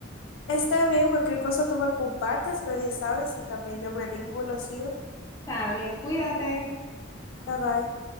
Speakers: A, on the left; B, on the left.
A: Está bien, cualquier cosa tú me compartes, nadie sabe si también yo me animo y lo sigo.
B: Está bien, cuídate.
A: Bye bye.